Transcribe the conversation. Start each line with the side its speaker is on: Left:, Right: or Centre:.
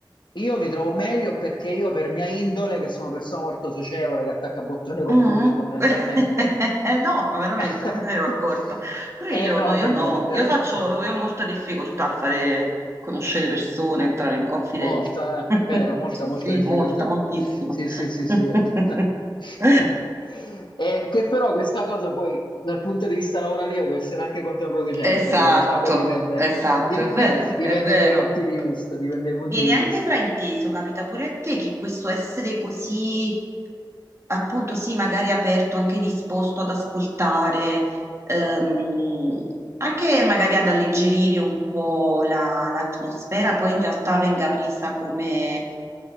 Left: Io mi trovo meglio perché io, per mia indole, che sono una persona molto socievole, che attacca bottone con
Right: Mm.
Left: tutti fondamentalmente,
Right: <laughs> No, veramente
Left: <laughs>
Right: non me ne ero accorta. Però io
Left: eh no,
Right: no, io
Left: per
Right: no,
Left: niente,
Right: io faccio,
Left: eh.
Right: io ho molta difficoltà a fare conoscere persone, entrare in confidenza.
Left: <laughs> Molta, eh.
Right: <laughs>
Left: Vero, molta,
Right: Sì,
Left: molta
Right: sì,
Left: difficoltà.
Right: molta, moltissima.
Left: Sì, sì, sì, sì.
Right: <laughs>
Left: <laughs> Eh, che però questa cosa poi dal punto di vista lavorativo può essere anche controproducente,
Right: Esatto,
Left: cioè in realtà poi dipende,
Right: esatto,
Left: dipende,
Right: è vero,
Left: <laughs> dipende
Right: è vero.
Left: dai punti di vista, dipende dai punti
Right: Viene
Left: di vista.
Right: anche frainteso, capita pure a te che questo essere così Appunto, sì, magari aperto, anche disposto ad ascoltare, ehm, anche magari ad alleggerire un po' la- l'atmosfera, poi in realtà venga presa come